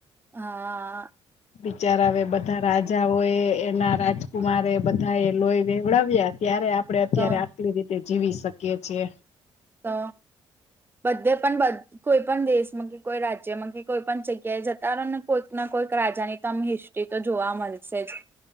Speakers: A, on the right (about 15°); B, on the left (about 60°).
A: હા
B: બિચારા આવે બધા રાજાઓ એ એના રાજકુમારે એ બધા એ લોહી વેવડાવ્યા ત્યારે આપડે અત્યારે
A: તો
B: આટલી રીતે જીવી શકીએ છીએ
A: તો બધે પણ બ કોઈ પણ દેશમાં કે કોઈ રાજ્યમાં કે કોઈ પણ જગ્યાએ જતા રહો ને કોઈક ના કોઈક રાજા ની તોમે હિસ તે તો જોવા મળશે જ